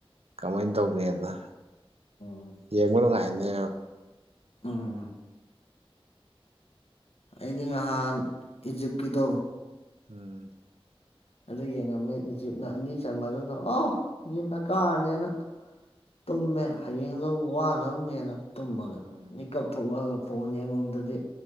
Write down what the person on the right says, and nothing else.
ꯀꯃꯥꯏꯅ ꯇꯧꯒꯦꯗ
ꯌꯦꯡꯕ ꯅꯨꯡꯉꯥꯏꯅꯦ
ꯎꯝ
ꯎꯝ